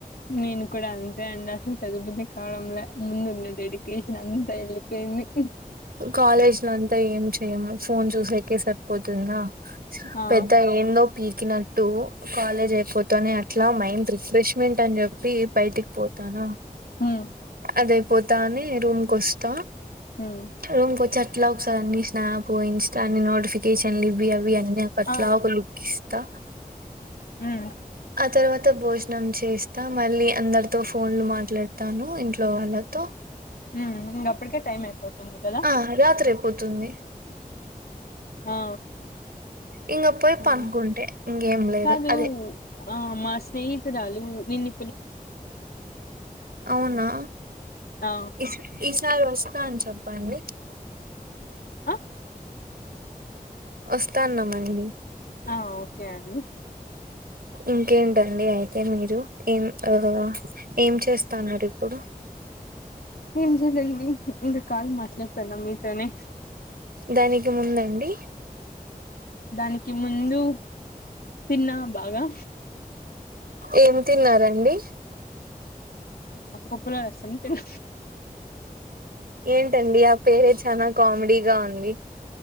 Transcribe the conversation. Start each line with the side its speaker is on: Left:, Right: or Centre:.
Left: నేను కూడా అంతే అండి అసలు చదువబుద్ది కావడం లే, ముందు ఉన్న డెడికేషన్ అంత ఎళ్ళిపోయిన్. మి <unintelligible>
Right: కాలేజ్ నున్ త ఏం చేయము ఫోన్ చూసకే సరిపోతుందా
Left: ఆ
Right: పెద్ద ఏందో పీకిన ట్టూ కాలేజ్ అయిపోతానే అట్లా మైండ్ రిఫ్రెష్మెంట్ అన్ చెప్పి బయటికి పోతానా
Left: ఉమ్
Right: అదయిపోతానే రూమ్ కొస్తా
Left: ఉమ్
Right: రూమ్ కి ఒచ్చి అట్లా ఒకసారి అన్ని స్నాప్ ఇన్స్టా అన్ని నోడిఫి కేషన్లు ఇవి అవి అన్నీ అకట్లా
Left: ఆ
Right: ఒక లుక్ ఇస్తా
Left: ఉమ్
Right: అ తర్వాత భోజనం చ్ ఏస్తా మళ్ళీ అందరితో ఫోన్లు మాట్లాడతాను ఇంట్లో వాళ్ళతో
Left: హూమ్ ఇంగ అప్పుడుకే టైమ్ అయిపో ఉంది కదా
Right: ఆ రాత్రి అయిపోతుంది
Left: ఆ
Right: ఇంగ పోయి
Left: ఆ
Right: పనుకుంటే ఇంగేం లేదు
Left: కాదు
Right: అదే
Left: ఆ మా స్నేహితురాలు నిన్నీ
Right: అవునా
Left: ఆ
Right: ఇస్ ఇస్ చాలు వస్తా అని చెప్పండి
Left: ఆ
Right: వస్తున్నాంమండి
Left: ఆ ఓకే అండి
Right: ఇంకేంటండి అయితే మీరు ఏం ఆ ఏం చేస్తాన్నారు ఇప్పుడు
Left: మేం జిదండి ఇంగా కాల్ మాట్లాడతాన్న మీతోనే
Right: దానికి ముందండి
Left: దానికి ముందు తిన్నా బాగా
Right: ఏం తిన్నారండి
Left: ఆ పొప్పులో రసం తిన్న
Right: ఏంటండి ఆ పేరే చానా కామెడీగా ఉంది